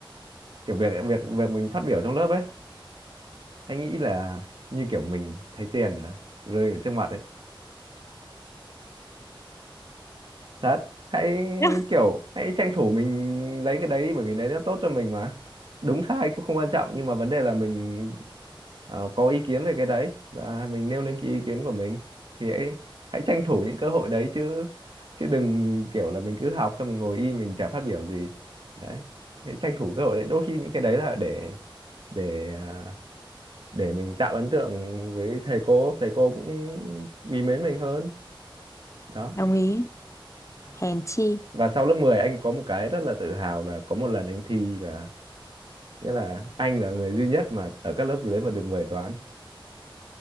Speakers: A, on the right; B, on the left.
A: kiểu việc việc việc mình phát biểu trong lớp ấy hãy nghĩ là như kiểu mình thấy tiền ở rơi ở trước mặt ấy thật hãy
B: <laughs>
A: kiểu hãy tranh thủ mình lấy cái đấy đi bởi vì đấy nó tốt cho mình mà đúng sai cũng không quan trọng nhưng mà vấn đề là mình ờ, có ý kiến về cái đấy và mình nêu lên cái ý kiến của mình thì hãy hãy tranh thủ những cơ hội đấy chứ chứ đừng kiểu là mình cứ học xong mình ngồi im mình chả phát biểu gì đấy hãy tranh thủ cơ hội đấy đôi khi những cái đấy là để để à, để mình tạo ấn tượng với thầy cô thầy cô cũng quý mến mình hơn đó
B: đồng ý hèn chi
A: và sau lớp 10 anh có một cái rất là tự hào là có một lần anh thi là nghĩa là anh là người duy nhất mà ở các lớp dưới mà được mười toán